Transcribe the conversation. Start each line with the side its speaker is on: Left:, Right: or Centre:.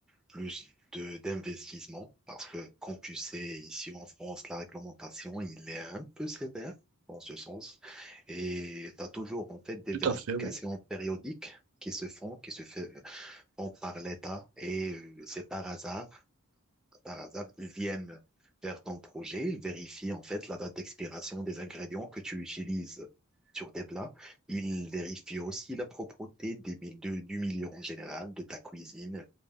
Centre: plus de, d'investissement. Parce que, comme tu sais, ici en France, la réglementation, il est un peu sévère dans ce sens. Et tu as toujours, en fait, des
Right: Tout
Centre: vérifications
Right: à fait, oui.
Centre: périodiques qui se font, qui se fait- font par l'État. Et euh, c'est par hasard par hasard, ils viennent vers ton projet, ils vérifient en fait la date d'expiration des ingrédients que tu utilises sur tes plats. Ils vérifient aussi la propreté des, mil- de- du milieu en général, de ta cuisine,